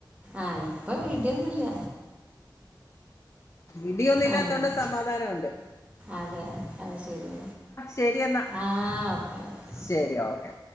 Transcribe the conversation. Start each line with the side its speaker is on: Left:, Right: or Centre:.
Right: ആഹ് ഇപ്പം ഇടിയൊന്നുംല്ല.
Left: ഇടിയൊന്നില്ലാത്തോണ്ട്
Right: അങ്ങനെ
Left: സമാധാനൊണ്ട്.
Right: അതെ അത് ശരിയ
Left: ശരി എന്നാ
Right: ആഹ് ഓക്കെ.
Left: ശരി ഓക്കെ